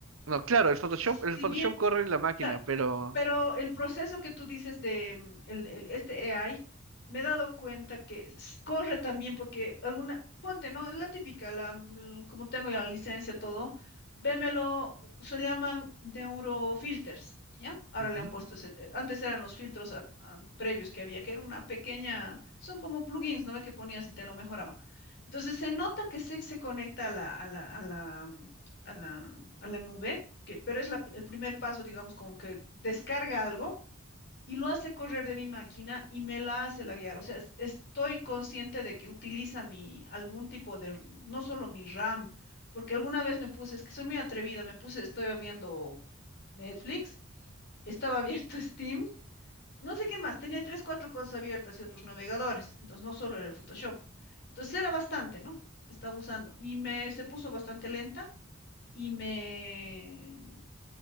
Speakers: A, on the right (about 90°); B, on the left (about 60°).
A: No, claro, el Photoshop,
B: si
A: el Photoshop
B: bien,
A: corre en la máquina,
B: claro,
A: pero...
B: pero el proceso que tú dices de mm, el- el- este AI, me he dado cuenta que s- corre también porque alguna, ponte, ¿no? La típica, la, mm, como tengo ya la licencia, todo, vémelo, u- se llaman neurofilters, ¿ya? Ahora
A: Ujú,
B: le han puesto ese, eh, antes eran los filtros a- a- previos que había, que era una pequeña, son como plugins, ¿no? Que ponías y te lo mejoraba. Entonces se nota que se, se conecta a la, a la, a la, mm, a la, a la nube que, pero es la- el primer paso, digamos, como que descarga algo y lo hace correr de mi máquina y me la hace laguear. O sea, es- estoy consciente de que utiliza mi, algún tipo de, no solo mi RAM, porque alguna vez me puse, es que soy muy atrevida, me puse, estoy viendo Netflix, estaba abierto <laughs> Steam, no sé qué más, tenía tres, cuatro cosas abiertas y otros navegadores, entonces no solo era el Photoshop. Entonces era bastante, ¿no? Estaba usando y me se puso bastante lenta y me